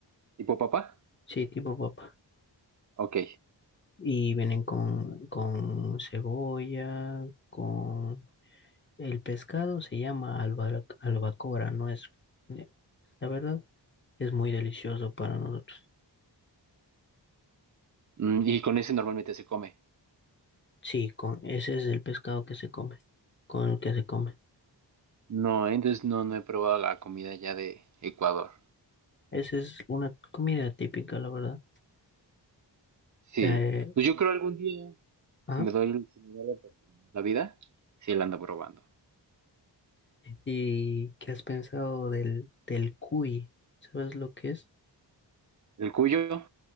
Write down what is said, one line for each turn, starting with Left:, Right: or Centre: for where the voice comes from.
Right: tipo papa.
Left: sí, tipo papa.
Right: Ok.
Left: Y vienen con, con cebolla, con... El pescado se llama alba- albacora, no es... eh, La verdad, es muy delicioso para nosotros.
Right: Mm, y con ese normalmente se come.
Left: Sí, con, ese es el pescado que se come, con el que se come.
Right: No, entonces no, no he probado la comida ya de Ecuador.
Left: Esa es una comida típica, la verdad.
Right: Sí,
Left: Eh,
Right: pues yo creo algún día,
Left: ah,
Right: si me doy, si me da la oportunidad, la vida, sí la ando probando.
Left: ¿Y qué has pensado del, del cuy? ¿Sabes lo que es?
Right: El cuyo,